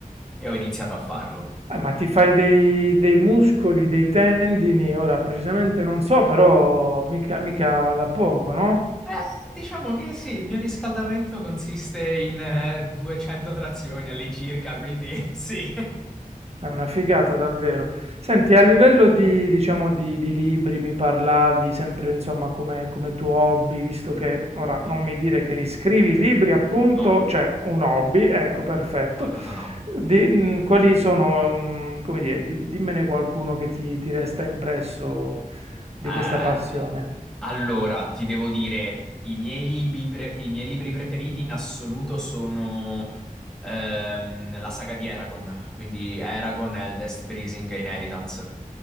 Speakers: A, in the centre; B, on the right (about 45°).
A: e ho iniziato a farlo.
B: Ah, ma ti fai dei, dei muscoli, dei tendini, ora precisamente non so, però mica, mica da poco, no?
A: Eh, diciamo che sì, il mio riscaldamento consiste in eh, 200 trazioni all'incirca, quindi <laughs> sì.
B: È una figata davvero. Senti, a livello di, diciamo, di, di libri mi parlavi sempre, insomma, come, come tuo hobby, visto che, ora,
A: Sì?
B: non mi dire che li scrivi, libri, appunto,
A: No.
B: cioè un hobby, ecco, perfetto.
A: No, no, no, no.
B: Di- mh, quali sono, mh, come dire, di- dimmene qualcuno che ti, ti resta impresso di
A: Eh,
B: questa passione.
A: allora, ti devo dire, i miei libri, pre- i miei libri preferiti in assoluto sono ehm, la saga di Eragon, quindi Eragon, Eldest, Breezing e Inheritance,